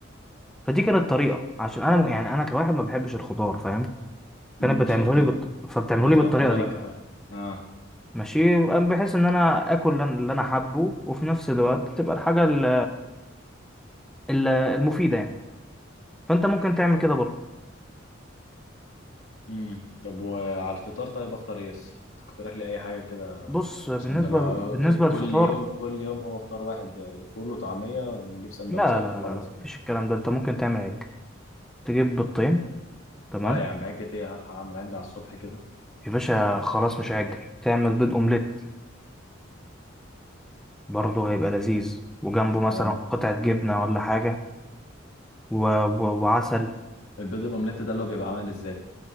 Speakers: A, in the centre; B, on the left (about 85°).
A: فدي كانت طريقة عشان أنا يعني أنا كواحد ما بحبش الخضار كانت
B: امم
A: بتعمله
B: فبتد
A: لي بالط... فبتعمله
B: بتحطه
A: لي بالطريقه دي
B: لك اه
A: ماشي بحيث ان انا اكل اللي انا حابه وفي نفس الوقت تبقى الحاجه ال- ال- المفيده يعني فانت ممكن تعمل كده برضه
B: امم طب وعلى الفطار طيب افطر ايه بس تقترح لي اي حاجه كده
A: بص بالنسبه
B: عشان لما
A: ل- بالنسبه للفطار
B: كل يوم كل يوم هو فطار واحد آه، فول وطعمية بنجيب سندوتشات
A: لا لا
B: وخلاص
A: لا لا
B: كده
A: مفيش الكلام ده انت ممكن تعمل عجة تجيب بيضتين تمام
B: لا يا عم عجة ايه هلحق اعمل عجة على الصبح كده
A: يا باشا خلاص مش عجة تعمل بيض اومليت برضه هيبقى لذيذ وجنبه مثلا
B: ما انا
A: قطعه جبنه ولا حاجه و... و... وعسل
B: البيض الاومليت ده اللي هو بيبقى عامل ازاي